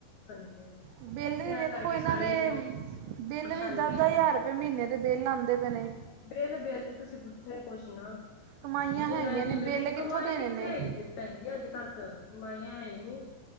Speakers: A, on the left; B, on the right.
A: ਹਾਂਜੀ
B: ਬਿੱਲ
A: ਇਸ
B: ਵੀ
A: ਨਾਲ
B: ਵੇਖੋ
A: ਕਰਕੇ
B: ਇਹਨਾਂ
A: ਸਾਰੀ
B: ਦੇ, ਬਿੱਲ
A: ਪਰੇਸ਼ਾਨੀ
B: ਵੀ ਦਸ
A: ਹੋਏਗੀ
B: ਦਸ ਹਜ਼ਾਰ। ਬੇ, ਮਹੀਨੇ ਦੇ ਬਿੱਲ ਆਉਂਦੇ ਪਏ ਨੇ।
A: ਅਪਰੀਲ ਬਿੱਲ ਚ ਤੁਸੀਂ ਪੁੱਛੋ ਹੀ ਕੁਛ ਨਾ।
B: ਕਮਾਈਆਂ
A: ਜਿੰਨਾਂ
B: ਹੈਗੀਆਂ ਨੇ
A: ਦਿ ਲਿਬ
B: ਬਿੱਲ ਕਿੱਥੋਂ
A: ਕਮਾਈ
B: ਦੇਣੇ
A: ਕਿੱਥੇ
B: ਨੇ
A: ਹੈਗੀ ਜੇ। ਭੈਣਜੀ, ਅੱਜ ਕੱਲ ਕਮਾਈਆਂ ਹੈ ਹੀ ਨੀ।